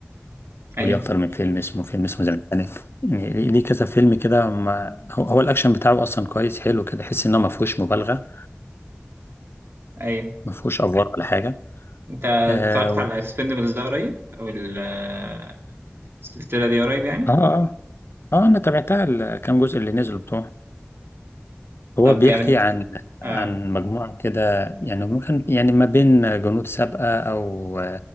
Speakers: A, on the right (about 70°); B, on the left (about 70°).
A: ايوه
B: وليه اكتر من فيلم اسمه فيلم اسمه تايتانيك يعني ليه ليه كذا فيلم كده ما- هو هو الاكشن بتاعه اصلا كويس حلو كده تحس انه ما فيهوش مبالغه
A: ايوه
B: ما فيهوش افوار ولا حاجه
A: انت اتفرجت
B: اه و-
A: على اكسبندبلز ده قريب او ال- آه، السلسله دي قريب يعني
B: اه اه آه، انا تابعتها الكام جزء اللي نزلوا بتوعه هو
A: طب
B: بيحكي
A: جامد
B: عن عن
A: اه
B: مجموعة كده يعني ممكن يعني ما بين جنود سابقة أو